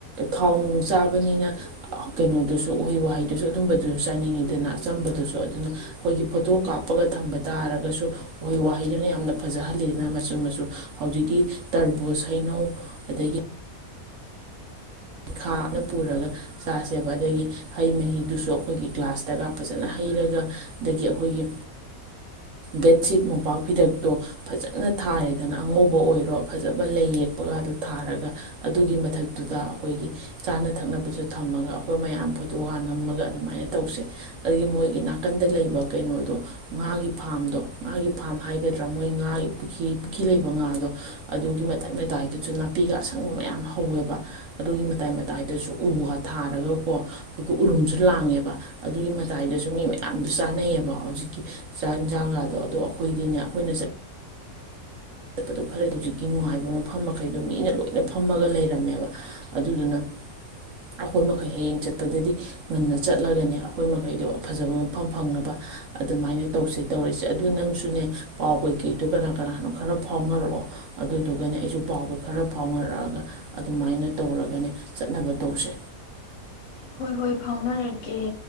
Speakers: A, on the right (about 65°); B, on the left (about 60°).
A: ꯊꯥꯎ ꯅꯨꯡ ꯆꯥꯕꯅꯤꯅ ꯀꯩꯅꯣꯗꯨꯁꯨ ꯎꯍꯩ ꯋꯥꯍꯩꯗꯨꯁꯨ ꯑꯗꯨꯝꯕꯗꯨꯁꯨ ꯆꯥꯅꯤꯡꯉꯤꯗꯅ ꯑꯆꯝꯕꯗꯨꯁꯨ ꯑꯗꯨꯅ ꯑꯩꯈꯣꯏꯒꯤ ꯐꯣꯇꯣ ꯀꯥꯞꯄꯒ ꯊꯝꯕ ꯇꯥꯔꯒꯁꯨ ꯎꯍꯩ ꯋꯥꯍꯩꯗꯨꯅ ꯌꯥꯝꯅ ꯐꯖꯍꯜꯂꯤꯗꯅ ꯃꯆꯨꯝ ꯃꯆꯨ ꯍꯧꯖꯤꯛꯇꯤ ꯇꯕꯨꯣ ꯈꯩꯅꯧ ꯑꯗꯒꯤ ꯩꯈꯥꯅ ꯄꯨꯔꯒ ꯆꯥꯁꯦꯕ ꯑꯗꯒꯤ ꯍꯩ ꯃꯍꯤꯗꯨꯁꯨ ꯑꯩꯈꯣꯏꯒꯤ ꯒ꯭ꯂꯥꯁꯇꯒ ꯐꯖꯅ ꯍꯩꯔꯒ ꯑꯗꯒꯤ ꯑꯩꯈꯣꯏꯒꯤ ꯕꯦꯠꯁꯤꯠ ꯃꯣꯝꯄꯥꯛ ꯐꯤꯗꯛꯇꯣ ꯐꯖꯅ ꯊꯥꯔꯦꯗꯅ ꯑꯉꯧꯕ ꯑꯣꯏꯔꯣ ꯐꯖꯕ ꯂꯩ ꯌꯦꯛꯄꯒꯗꯣ ꯊꯥꯔꯒ ꯑꯗꯨꯒꯤ ꯃꯊꯛꯇꯨꯗ ꯑꯩꯈꯣꯏꯒꯤ ꯆꯥꯅ ꯊꯛꯅꯕꯁꯨ ꯊꯝꯃꯒ ꯑꯩꯈꯣꯏ ꯃꯌꯥꯝ ꯐꯣꯇꯣꯒ ꯅꯝꯃꯒ ꯑꯗꯨꯃꯥꯏꯅ ꯇꯧꯁꯦ ꯑꯗꯒꯤ ꯃꯣꯏꯒꯤ ꯅꯥꯀꯟꯗ ꯂꯩꯕ ꯀꯩꯅꯣꯗꯣ ꯉꯥꯒꯤ ꯐꯥꯔꯝꯗꯣ ꯉꯥꯒꯤ ꯐꯥꯝ ꯍꯥꯏꯒꯗ꯭ꯔꯥ ꯃꯣꯏ ꯉꯥꯒꯤ ꯄꯨ ꯄꯨꯈꯤ꯭ ꯂꯩꯕ ꯉꯥꯗꯣ ꯑꯗꯨꯒꯤ ꯃꯇꯥꯏ ꯃꯇꯥꯏꯗꯁꯨ ꯅꯥꯄꯤꯒ ꯑꯁꯪꯕ ꯃꯌꯥꯝ ꯍꯧꯋꯦꯕ ꯑꯗꯨꯒꯤ ꯃꯇꯥꯏ ꯃꯇꯥꯏꯗꯁꯨ ꯎꯒ ꯊꯥꯔꯒꯀꯣ ꯑꯩꯈꯣꯏ ꯎꯔꯨꯝꯁꯨ ꯂꯥꯡꯉꯦꯕ ꯑꯗꯨꯒꯤ ꯃꯇꯥꯏꯗꯁꯨ ꯃꯤ ꯃꯌꯥꯝꯗ ꯆꯥꯅꯩꯑꯕ ꯍꯧꯖꯤꯛꯀꯤ ꯆꯥꯛ ꯌꯦꯟꯁꯥꯡꯒꯗꯣ ꯑꯗꯣ ꯑꯩꯈꯣꯏꯗꯤꯅꯦ ꯑꯩꯈꯣꯏꯅ <inaudible> ꯈꯔ ꯑꯗꯨ ꯍꯧꯖꯤꯛꯀꯤ ꯅꯨꯡꯉꯥꯏꯕ ꯃꯐꯝ ꯃꯈꯩ ꯑꯗꯨ ꯃꯤꯅ ꯂꯣꯏꯅ ꯐꯝꯃꯒ ꯂꯩꯔꯝꯃꯦꯕ ꯑꯗꯨꯗꯨꯅ ꯑꯩꯈꯣꯏ ꯃꯈꯩ ꯍꯌꯦꯡ ꯆꯠꯄꯗꯗꯤ ꯉꯨꯟꯅ ꯆꯠꯂꯒꯅꯦ ꯑꯩꯈꯣꯏ ꯃꯈꯩꯗꯣ ꯐꯖꯕ ꯃꯐꯝ ꯐꯪꯅꯕ ꯑꯗꯨꯃꯥꯏꯅ ꯇꯧꯁꯦ ꯇꯧꯔꯛꯁꯦ ꯑꯗꯨ ꯅꯪꯁꯨꯅꯦ ꯄꯥꯎ ꯀꯩꯀꯩꯗꯣ ꯀꯅꯥ ꯀꯅꯥꯅꯣ ꯈꯔ ꯐꯥꯎꯅꯔꯛꯑꯣ ꯑꯗꯨꯗꯨꯒꯅ ꯑꯩꯁꯨ ꯄꯥꯎꯕ ꯈꯔ ꯐ ꯑꯗꯨꯃꯥꯏꯅ ꯇꯧꯔꯒꯅꯦ ꯆꯠꯅꯕ ꯇꯧꯁꯦ
B: ꯍꯣꯏ ꯍꯣꯏ ꯐꯥꯎꯅꯔꯒꯦ